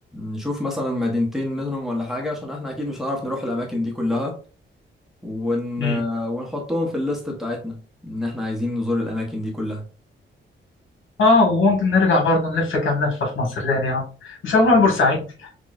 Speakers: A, in the centre; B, on the left.
A: نشوف مثلا مدينتين منهم ولا حاجة عشان احنا اكيد مش هنعرف نروح الاماكن دي كلها ون...
B: امم
A: ونحطهم في الليست بتاعتنا ان احنا عايزين نزور الاماكن دي كلها
B: اه وممكن نرجع برضه نلف كام لفة في مصر تاني يا عم مش هنروح بورسعيد